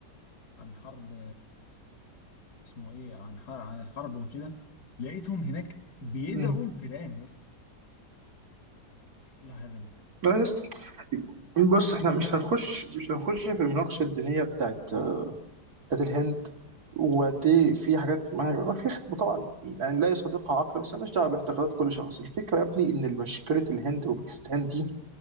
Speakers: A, on the left; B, on the right.
A: عن حرب اسمه ايه عن حر... عن الحرب وكده لقيتهم هناك بيدعوا
B: مم.
A: الفيران يا اسطى ايه الهبل ده
B: لا يا اسطى بص احنا مش هنخش مش هنخش في المناقشه الدينيه بتاعت بتاعت الهند وقد ايه في حاجات ما, ما في خ- طبعا يعني لا يصدقها عقل بس مالناش دعوه باعتقادات كل شخص الفكره يا ابني ان مشكله الهند وباكستان دي